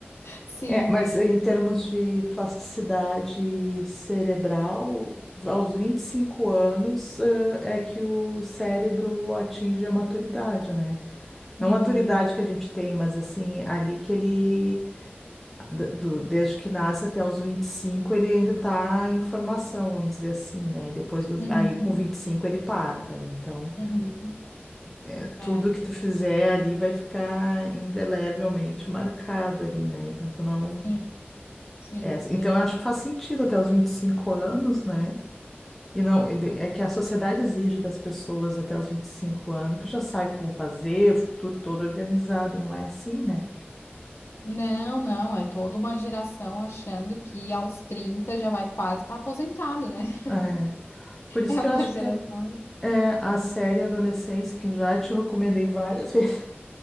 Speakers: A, on the left; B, in the centre.
A: <laughs> sim.
B: É, mas em termos de plasticidade cerebral, aos 25 anos, eh, é que o cérebro atinge a maturidade, né?
A: Uhum,
B: Não a maturidade que a gente tem, mas assim, ali que ele, d- do- desde que nasce até os 25 ele ainda está em formação, vamos dizer assim, né? Aí Depois do,
A: uhum,
B: aí com 25 ele para, daí então,
A: uhum.
B: é- é, tudo
A: É,
B: que tu fizer ali vai ficar indelevelmente marcado ali, né? Então tu não
A: sim, sim,
B: é,
A: sim.
B: então eu acho que faz sentido até os 25 anos, né? E não, é que a sociedade exige das pessoas até os 25 anos que já sabe como fazer, o futuro todo organizado, e não é assim, né?
A: Não, não, é toda uma geração achando que aos 30 já vai quase estar aposentado, né? <laughs>
B: É, por isso
A: É
B: que
A: uma
B: eu acho
A: geração.
B: que é, é a série Adolescência, que eu já te recomendei várias <laughs> vezes,